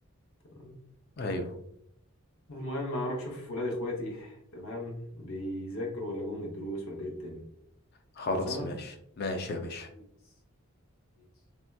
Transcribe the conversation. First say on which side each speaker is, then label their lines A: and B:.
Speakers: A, on the left; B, on the left.
A: تمام
B: ايوه
A: المهم اروح اشوف ولاد اخواتي تمام بيذاكروا ولا جم من الدروس ولا ايه الدنيا
B: خلاص
A: خلصانه
B: ماشي ماشي يا باشا
A: بيس بيس